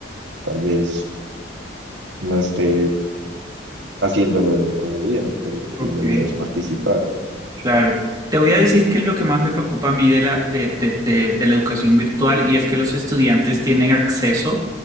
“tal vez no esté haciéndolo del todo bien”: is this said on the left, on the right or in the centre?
Right